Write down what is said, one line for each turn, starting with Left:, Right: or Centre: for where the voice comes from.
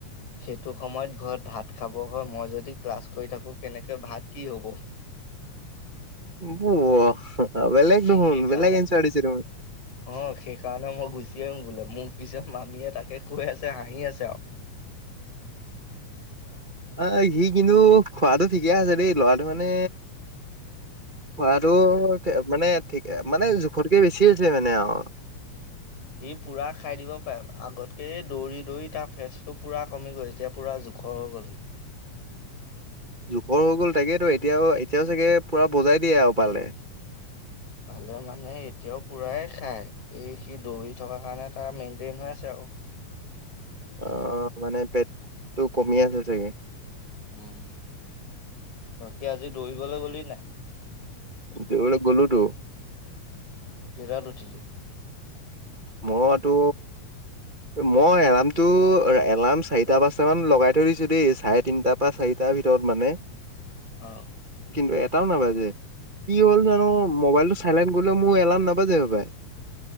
Left: সেইটো সময়ত ঘৰত ভাত খাব হয় মই যদি ক্লাছ কৰি থাকোঁ কেনেকৈ ভাত কি হ'ব? <inaudible>
Right: প ব অ বেলেগ দেখোন
Left: সেইকাৰণে
Right: বেলেগ এঞ্চাৰ দিছে দেখোন।
Left: অ সেইকাৰণে মই গুচি আহোং বোলে। মোৰ পিছত মামীয়ে তাকে কৈ আছে হাঁহি আছে আৰু।
Right: অ সি কিন্তু খোৱাটো ঠিকে আছে দেই লৰাটো মানে
Left: <inaudible>
Right: খোৱাটো
Left: আৰু।
Right: মানে ঠিক মানে জোখতকে বেছি আছে মানে আৰু।
Left: সি পুৰা খাই দিব পাৰে আগতকে দৌৰি দৌৰি তাৰ ফেচটো পুৰা কমি গৈ এতিয়া পুৰা জিম খৰ হৈ গ'লহি।
Right: জোখৰ হৈ গ'ল তাকেই তো এতিয়াও, এতিয়াও চাগে পুৰা বজাই দিয়ে আৰু পালে।
Left: পালে মানে এতিয়াও পুৰাই খাই। এই সি দৌৰি থকাৰ অ
Right: অ মানে পেটটো কমি আছে চাগে।
Left: উম, বাকী আজি দৌৰিবলৈ গ'লি নাই?
Right: দৌৰিবলে গলোতো।
Left: তিৰাত উঠিলি?
Right: মইতো মই এলাৰ্মটো এলাৰ্ম চাৰিটা পাঁচটামান লগাই থৈ দিছো দেই চাৰে তিনটাৰ পৰা চাৰিটা ভিতৰত মানে।
Left: অ।
Right: কিন্তু এটাও নাবাজে কি হ'ল জানো মোবাইলটো চাইলেণ্ট গ'লেও মোৰ এলাৰ্ম নাবাজে হবাই।